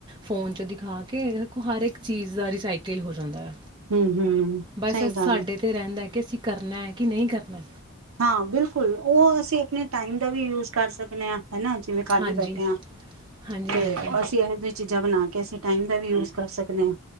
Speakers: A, on the right; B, on the right.
A: ਫੋਨ ਚ ਦਿਖਾ ਕੇ ਹਰ ਇੱਕ ਚੀਜ਼ ਦਾ ਰਿਸਾਈਕਲ ਹੋ ਜਾਂਦਾ ਆ।
B: ਹੂੰ ਹੂੰ,
A: ਬਸ
B: ਸਹੀ
A: ਇਹ
B: ਗੱਲ
A: ਸਾਡੇ
B: ਆ।
A: ਤੇ ਰਹਿੰਦਾ ਹੈ ਕਿ ਅਸੀਂ ਕਰਨਾ ਆ ਕੇ, ਨਹੀਂ ਕਰਨਾ
B: ਹਾਂ ਬਿਲਕੁਲ, ਉਹ ਅਸੀਂ ਆਪਣੇ ਟਾਈਮ ਦਾ ਵੀ ਯੂਜ ਕਰ ਸਕਨੇ ਆ। ਹੇਨਾ, ਜਿਵੇਂ ਖਾਲੀ
A: ਹਾਂਜੀ
B: ਬੈਠੇ ਆ
A: ਹਾਂਜੀ
B: ਤੇ
A: ਹਾਂਜੀ
B: ਅਸੀਂ ਇਹੋ ਜੀ ਚੀਜ਼ਾਂ ਬਣਾ ਅਸੀਂ ਟਾਈਮ ਦਾ ਵੀ ਯੂਜ ਕਰ ਸਕਦੇ ਆ।